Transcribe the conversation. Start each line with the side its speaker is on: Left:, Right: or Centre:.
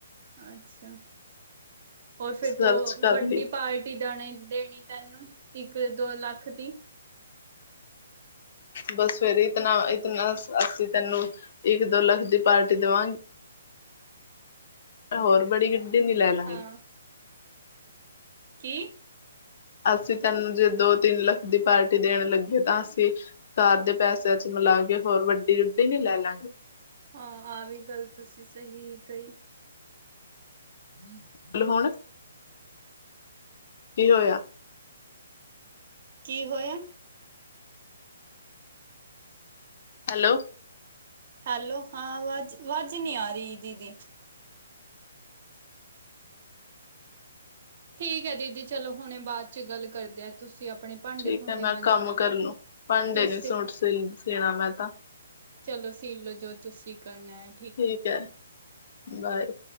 Right: ਅੱਛਾ, ਹੋਰ ਫੇਰ
Left: ਸਰਚ
Right: ਤੋਂ
Left: ਕਰ
Right: ਵੱਡੀ
Left: ਲਈ
Right: ਪਾਰ ਟੀ ਦਾਣੇ ਦੇਣੀ ਤੈਨੂੰ, ਇੱਕ-ਦੋ ਲੱਖ ਦੀ।
Left: ਬਸ ਫੇਰ ਇਤਨਾ ਇਤਨਾ ਅਸੀ ਤੈਨੂੰ ਇੱਕ-ਦੋ ਲੱਖ ਦੀ ਪਾਰਟੀ ਦਵਾਂ ਹੋਰ ਬੜੀ ਗੱਡੀ ਨੀ ਲੈ ਲਾ
Right: ਹਾਂ
Left: ਗੇ।
Right: ਕੀ?
Left: ਅਸੀਂ ਤੈਨੂੰ ਜੇ ਦੋ-ਤਿੰਨ ਲੱਖ ਦੀ ਪਾਰਟੀ ਦੇਣ ਲੱਗੇ ਤਾਂ ਅਸੀਂ ਕਾਰ ਦੇ ਪੈਸੇ ਚ ਮਿਲਾ ਕੇ ਹੋਰ ਵੱਡੀ ਗੱਡੀ ਨੀ ਲੈ ਲਾਗੇ।
Right: ਹਾਂ ਆਹ ਵੀ ਗੱਲ ਤੁਸੀਂ ਸਹੀ ਕਹੀ। <inaudible>
Left: ਬੋਲ ਹੁਣ ਕੀ ਹੋਇਆ?
Right: ਕੀ ਹੋਇਆ?
Left: ਹੈਲੋ।
Right: ਹੈਲੋ, ‌ਹਾਂ ਵਜ ਵਾਜ ਨੀ ਆ ਰੀ। ਦੀਦੀ ਠੀਕ ਐ ਦੀਦੀ ਚਲੋ ਹੁਣੇ ਬਾਅਦ ਚ ਗੱਲ ਕਰਦੇ ਆ ਤੁਸੀਂ ਆਪਣੇ ਭਾਂਡੇ
Left: ਠੀਕ
Right: ਭੂੰਡੇ
Left: ਐ ਮੈਂ
Right: ਮੰਜ
Left: ਕੰਮ
Right: ਲਓ।
Left: ਕਰਲੂੰ ਭਾਂਡੇ
Right: ਤੁਸੀਂ
Left: ਨੀ ਸੂਟ ਸਿਲ ਸਿਣਾ ਮੈਂ ਤਾਂ।
Right: ਚਲੋ ਸੀਲ ਲੋ ਜੋ ਤੁਸੀਂ ਕਰਨੈ।
Left: ਠੀਕ ਐ, ਬਾਏ।